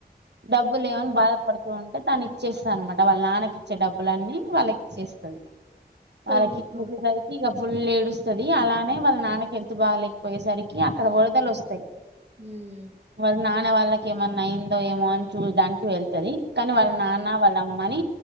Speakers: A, on the right (about 85°); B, on the right (about 40°).
A: డబ్బు లే ఏమని బాధపడుతూ ఉంటే తను చేస్తా అనన్నమాట వాళ్ళ నాన్నకి వచ్చే డబ్బులన్నీ వాళ్ళకిచ్చస్తుంది అల
B: ఓహో
A: కిచ్చి సరికి ఇక ఫుల్ డుస్తుది అలానే వాళ్ళ నాన్నకి హెల్త్ బాగలేకపోయేసరి అక్కడ వరదలు వస్తాయి
B: ఉమ్
A: వాళ నాన్న వాళ్ ఏమన్నా అయిందో ఏమో అని చూడానికి వెళ్తది కానీ వాళ్ళ
B: ఉమ్
A: నాన్న వాళ్ళ అమ్మని